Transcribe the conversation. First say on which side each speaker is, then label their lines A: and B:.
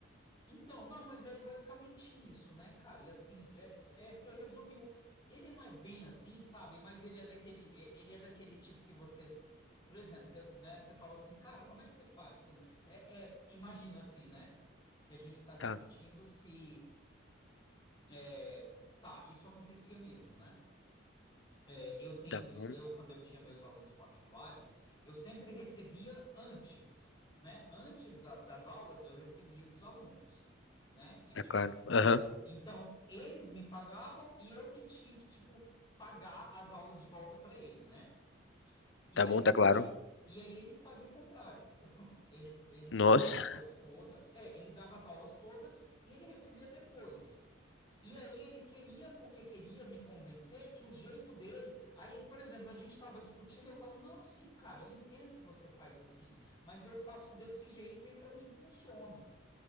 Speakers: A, on the left; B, on the left.
A: Então, não, mas é basicamente isso, né, cara? E assim, é, é, você resumiu. Ele não é bem assim, sabe? Mas ele é daquele, é- ele é daquele tipo que você, por exemplo, você, né, você fala assim, cara, como é que você faz? Quando, é, é, imagina assim, né? Que a gente está discutindo
B: Tá,
A: se, é, tá, isso acontecia mesmo, né? É, eu tenho,
B: tá
A: eu,
B: bom,
A: eu, quando eu tinha meus alunos particulares, eu sempre recebia antes, né? Antes da- das aulas, eu recebia dos alunos, né? E,
B: tá
A: tipo
B: claro.
A: assim, então,
B: Aham,
A: eu- então, eles me pagavam e eu que tinha que, tipo, pagar as aulas de volta para ele, né? E
B: tá
A: aí,
B: bom, tá claro.
A: e, e aí ele fazia o contrário. Ele, ele dava
B: Nossa,
A: aulas todas, é, ele dava as aulas todas e ele recebia depois. E aí ele queria, porque queria me convencer que o jeito dele. Aí, por exemplo, a gente estava discutindo, eu falo, não, sim, cara, eu entendo que você faz assim, mas eu faço desse jeito e para mim funciona.